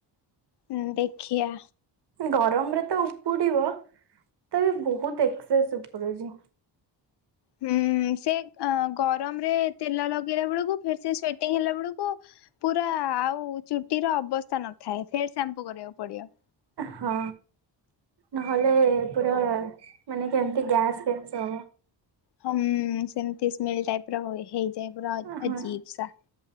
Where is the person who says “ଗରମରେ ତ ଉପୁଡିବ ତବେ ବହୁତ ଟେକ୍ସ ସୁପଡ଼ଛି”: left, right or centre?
Right